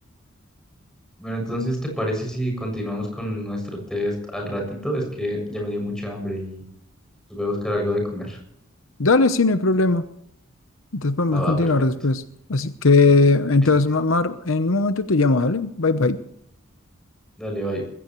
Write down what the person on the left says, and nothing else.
Dale, sí, no hay problema. Entonces podemos
continuar
después. Así que, entonces,
Mar, en un momento te llamo, dale. Bye, bye.